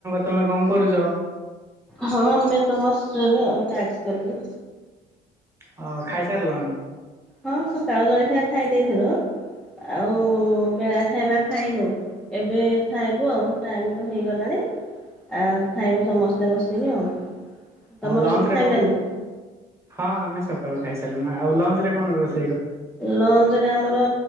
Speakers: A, on the right (about 15°); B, in the centre.
A: ତୁମେ କଣ କରୁଚ?
B: ହଁ ଆମେ ତ ବସିଚୁ ଏବେ। ଟ୍ୟାକ୍ସ କରି-
A: ହଉ ଖାଇସାରିଲଣି?
B: ହଁ ସକାଳ ଜଳଖିଆ ଖାଇ ଦେଇେଥିଲୁ। ଆଉ, ବେଳା ଖାଇବା ଖାଇନୁ ଏବେ ଖାଇବୁ, ଆଉ ଟାଇମ ତ ହେଇଗଲାଣି ଆ ଖାଇବୁ ସମସ୍ତେ ବସିବେ ଆଉ। ତମ
A: ଲଞ୍ଚ
B: ରୋଷେଇ
A: ରେ
B: ଖାଇଲାଣି
A: କ, ହଁ ଆମେ ସବ ସକାଳୁ ଖାଇ ସାରିଲୁଣୁ। ଆଉ ଲଞ୍ଚ ରେ କଣ ରୋଷେଇ -
B: ଲଞ୍ଚ ରେ ଆମର